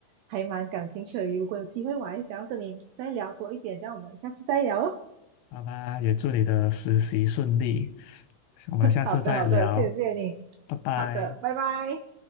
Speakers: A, on the right; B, on the left.
A: 还蛮感兴趣的。如果有机会，我还想要跟你再聊多一点，这样我们下次再聊咯。
B: 好吧，也祝你的实习顺利，我们下次再聊，
A: 好的，好的，谢谢你。
B: 拜拜。
A: 好的，拜拜。